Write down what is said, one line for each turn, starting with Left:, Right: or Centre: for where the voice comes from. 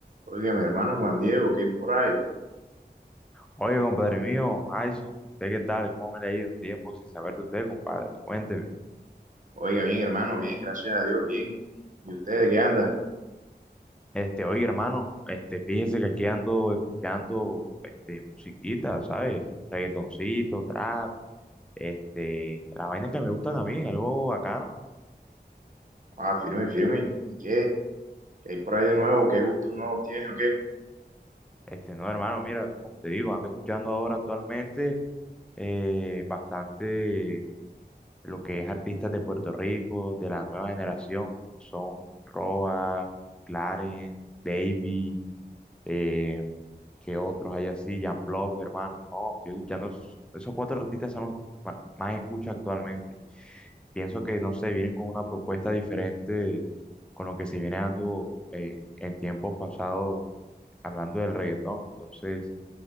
Right: Oiga, mi hermano Juan Diego, ¿qué hay por ahí?
Centre: Oye, compadre mío, Ayson, ¿usted qué tal? ¿Cómo me le ha ido? Tiempo sin saber de usted, compadre. Cuénteme.
Right: Oiga, bien, hermano, bien, gracias a Dios, bien. ¿Y usted de qué anda?
Centre: Este, oye, hermano, este, fíjese que aquí ando escuchando, este, musiquita, ¿sabes? Reggaetoncito, trap, este, la vaina que me gustan a mí, algo bacano.
Right: Ah, firme, firme. ¿Y qué? ¿Qué hay por ahí de nuevo? ¿Qué gustos nuevos tiene o qué?
Centre: Este, no, hermano, mira, como te digo, ando escuchando ahora actualmente eh, bastante lo que es artistas de Puerto Rico, de la nueva generación, como son Roa, Clarence, Davy Eh, ¿qué otros hay así? Jan Block, hermano. No, estoy escuchando esos, esos cuatro artistas son los que ma- más escucho actualmente. Pienso que, no sé, vienen con una propuesta diferente con lo que se viene dando eh, en tiempos pasados hablando del reggaetón. Entonces,